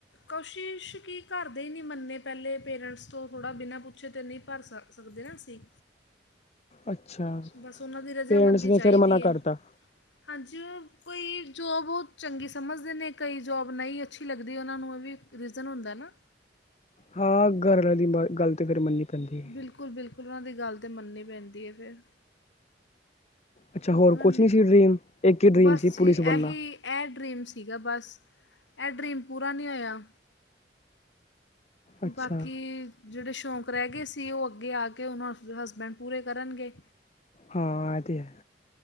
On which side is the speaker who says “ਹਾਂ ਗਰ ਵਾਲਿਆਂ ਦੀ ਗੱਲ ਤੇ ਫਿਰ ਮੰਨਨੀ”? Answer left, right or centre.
Left